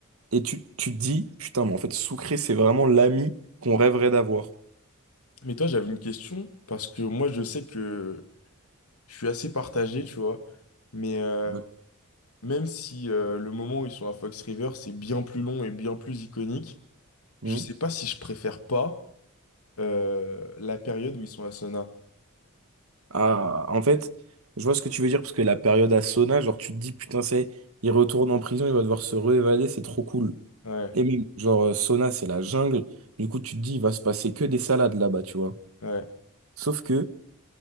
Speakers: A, on the right; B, on the left.
A: et tu tu te dis putain mais en fait Soucré c'est vraiment l'ami qu'on rêverait d'avoir.
B: Mais toi, j'avais une question parce que moi, je sais que je suis assez partagé, tu vois. Mais euh,
A: Ouais.
B: même si euh, le moment où ils sont à Fox River, c'est bien plus long et bien plus iconique,
A: Hmm.
B: je sais pas si je préfère pas euh, la période où ils sont à Sona.
A: Ah, en fait, je vois ce que tu veux dire, parce que la période à Sona, genre, tu te dis, putain, c'est, il retourne en prison, il va devoir se réévader, c'est trop cool.
B: Ouais,
A: Et même, genre, euh, Sona, c'est la jungle. Du coup, tu te dis, il va se passer que des salades là-bas, tu vois.
B: ouais.
A: Sauf que